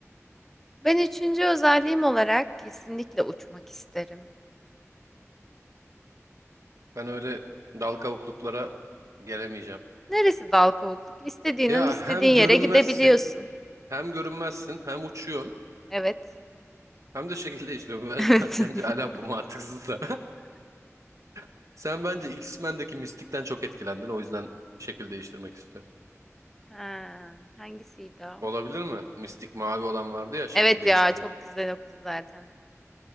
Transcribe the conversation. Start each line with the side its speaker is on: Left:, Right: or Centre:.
Centre: Ben üçüncü özelliğim olarak kesinlikle uçmak isterim.
Right: Ben öyle dal kavukluklara gelemeyeceğim.
Centre: Neresi dal kavukluk? İstediğin
Right: Ya
Centre: an istediğin
Right: hem görünmezsin,
Centre: yere gidebiliyorsun.
Right: hem görünmezsin, hem uçuyorsun.
Centre: Evet.
Right: Hem de şekilde işliyor. Ben,
Centre: Evet.
Right: <laughs> ben- bence
Centre: <laughs>
Right: hala bu mantıksız da. <laughs> Sen bence X-Men'deki Mystic'ten çok etkilendin. O yüzden şekil değiştirmek istiyor.
Centre: Ha, hangisiydi o?
Right: Olabilir mi? Mystic mavi olan vardı ya şekil
Centre: Evet
Right: değiştiriyordu.
Centre: ya çok güzel o kız zaten.